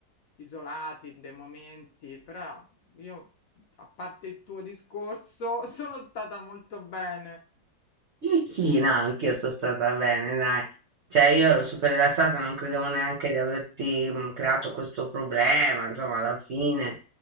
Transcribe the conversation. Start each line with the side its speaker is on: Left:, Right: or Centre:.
Left: isolati in dei momenti, però io, a parte il tuo discorso, <laughs> sono stata molto bene.
Right: Sì, no, anch'io sono stata bene, dai. Cioè, io ero super rilassata, non credevo neanche di averti mm, creato questo problema. Insomma, alla fine